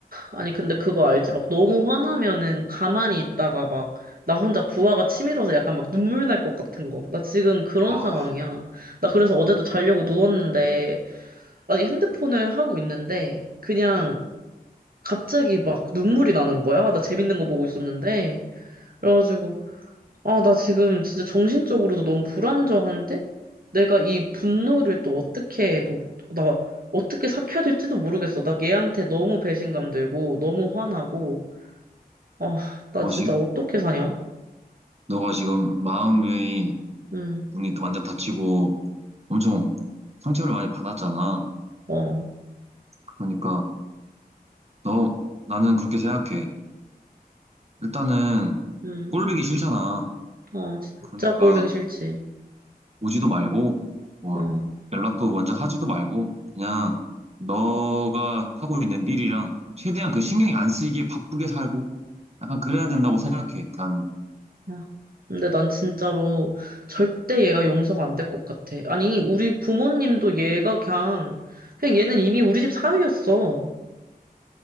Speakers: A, on the right; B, on the right.
A: 아니, 근데 그거 알지? 막 너무 화나면은 가만히 있다가 막 나 혼자 부하가 치밀어서 약간 막 눈물 날 것 같은 거. 나 지금 그런
B: 아.
A: 상황이야. 나 그래서 어제도 자려고 누웠는데, 아니, 핸드폰을 하고 있는데, 그냥 갑자기 막 눈물이 나는 거야. 나 재밌는 거 보고 있었는데. 그래가지고, 아, 나 지금 진짜 정신적으로도 너무 불안정한데? 내가 이 분노를 또 어떻게, 뭐, 나 어떻게 삭혀야 될지도 모르겠어. 나 얘한테 너무 배신감 들고, 너무 화나고. 아, 나
B: 어,
A: 진짜
B: 지,
A: 어떻게 사냐?
B: 너가 지금 마음이
A: 응,
B: 문이 완전 닫히고 엄청 상처를 많이 받았잖아.
A: 어,
B: 그러니까 너 나는 그렇게 생각해. 일단은
A: 응,
B: 꼴보기 싫잖아.
A: 어, 진짜
B: 그러니까
A: 꼴보기 싫지.
B: 오지도 말고 뭐
A: 어, 어.
B: 연락도 먼저 하지도 말고 그냥 너가 하고 있는 일이랑 최대한 그 신경이 안 쓰이게 바쁘게 살고 약간 그래야 된다고 생각해. 나는
A: 어. 근데 난 진짜로 절대 얘가 용서가 안 될 것 같아. 아니, 우리 부모님도 얘가 그냥, 그냥 얘는 이미 우리 집 사위였어.